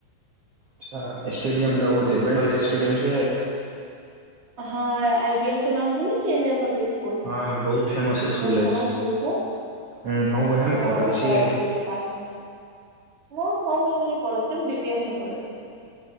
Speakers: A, on the right (about 80°); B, on the right (about 40°).
A: अच्छा! स्टेडियम लग ओ जे बैनल ऐ स्टेडियम से?
B: हाॅं आई पी एस के नाम सुनैय छीयैय, इंडियन पब्लिक। ओ,
A: हँ बहुत फेमस स्कुल
B: बहुत फेमस
A: अछि
B: स्कूल छैय।
A: हूँ अहूँ उएहमे
B: हँ
A: पढ़ल
B: ओहा,
A: छी
B: ओत्ते के पास में। नैय हँमनै ओइ मे पढ़ल छियै, हम बीपी एस मे पढ़ै छियै।